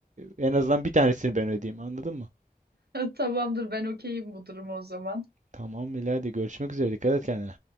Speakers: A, on the right (about 50°); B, on the right (about 80°).
A: en azından bir tanesini ben ödeyeyim anladın mı?
B: Tamamdır ben okeyim bu duruma o zaman.
A: Tamam İlayda görüşmek üzere. Dikkat et kendine.